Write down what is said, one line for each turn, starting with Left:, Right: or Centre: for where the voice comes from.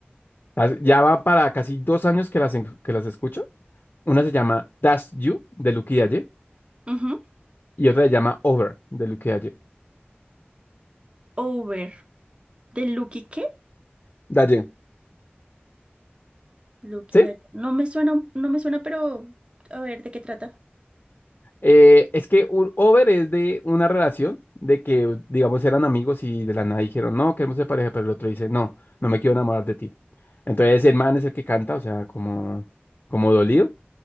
Left: Las- Ya va para casi dos años que las, en- que las escucho. Una se llama That's You, de Lucky Dalle,
Right: Ujú.
Left: y otra se llama Over, de Lucky Dalle.
Right: Over. ¿De Lucky qué?
Left: Dalle.
Right: Lucky,
Left: ¿Sí?
Right: Daria. no me suena, no me suena, pero a ver, ¿de qué trata?
Left: Eh, es que u- Over es de una relación de que, digamos, eran amigos y de la nada dijeron, no, queremos ser pareja, pero el otro dice, no, no me quiero enamorar de ti. Entonces el man es el que canta, o sea, como, como dolido.